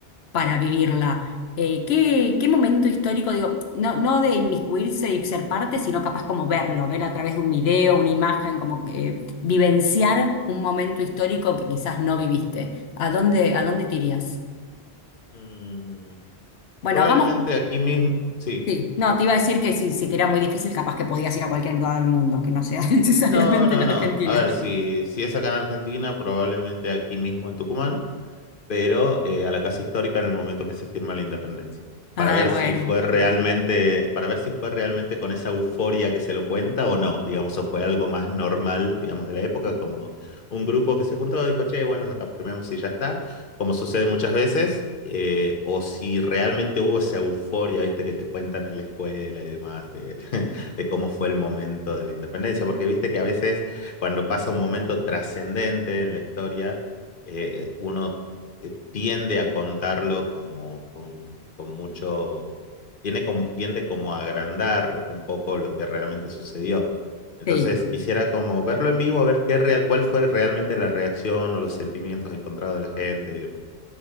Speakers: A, on the left (about 75°); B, on the left (about 55°).
A: para vivirla. Eh, ¿qué, qué momento histórico, digo, no, no de inmiscuirse y ser parte, sino capaz como verlo, ver a través de un video, una imagen, como eh, vivenciar un momento histórico que quizás no viviste? ¿A dónde, a dónde te irías?
B: Mm,
A: Bueno,
B: probablemente
A: hagamos...
B: aquí mismo, sí.
A: Sí, no, te iba a decir que si, si te era muy difícil, capaz que podías ir a cualquier lugar del mundo, que no sea <laughs> necesariamente
B: No, no,
A: en Argentina.
B: no. A ver, si, si es acá en Argentina, probablemente aquí mismo en Tucumán. pero eh, a la Casa Histórica en el momento que se firma la independencia, para
A: ah
B: ver
A: bueno,
B: si fue realmente, para ver si fue realmente con esa euforia que se lo cuenta o no, digamos, o fue algo más normal, digamos, de la época, como un grupo que se juntó, dijo, che, bueno, acá firmemos y ya está, como sucede muchas veces, eh, o si realmente hubo esa euforia, viste, que te cuentan en la escuela y demás, de, <laughs> de cómo fue el momento de la independencia, porque viste que a veces cuando pasa un momento trascendente en la historia, eh, uno eh, tiende a contarlo como con, con mucho, tiene como, tiende como a agrandar un poco lo que realmente sucedió. Entonces
A: sí.
B: quisiera como verlo en vivo, a ver qué real, cuál fue realmente la reacción o los sentimientos encontrados de la gente y demás.